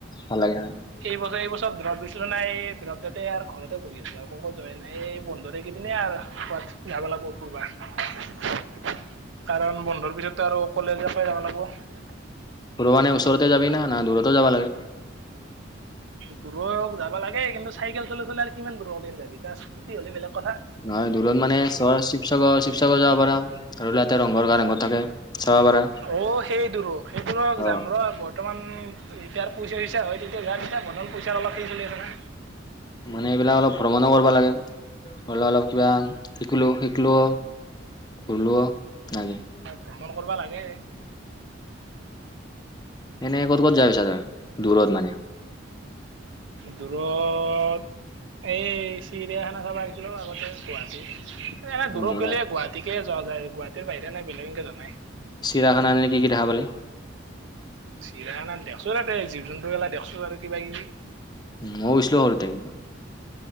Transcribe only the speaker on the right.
এইবছৰ, এইবছৰ ড্ৰপ দিছিলোঁ না এই ড্ৰপ দিওঁতে আৰু ঘৰতে বহি আছোঁ আৰু ক-কত যোৱা নাই, এই বন্ধতে এইকেইদিনে আৰু। ক'ৰবাত যাব লাগিব ফুৰবা। কাৰণ বন্ধৰ পিছতো আৰু কলেজৰ পৰাই যাব লাগিব।
দূৰত যাব লাগে কিন্তু চাইকেল চলাই, চলাই আৰু কিমান দূৰলে এতিয়া স্কুটি হ'লে বেলেগ কথা।
অ', সেই <unintelligible> সেই <unintelligible>
যাম ৰ' বৰ্তমান যেতিয়া আৰু পইচা চইচা হয়, তেতিয়া যাম তেতিয়া <unintelligible> পইচাৰ অলপ সেই চলি আছে না।
ভ্ৰমণ কৰিবা লাগে।
দূুৰৰত এই চিৰিয়াখানা চাব গৈছিলোঁ, আগতে গুৱাহাটী। এনে
দূৰত
গ'লে গুৱাহাটীকে যোৱা যায়। গুৱাহাটীৰ বাহিৰে নাই বেলেগ এনেকে যোৱা নাই।
চিৰাখানাত দেখছো তাতে জীৱ জন্তু গেলা দেখছো আৰু কিবা কিবি।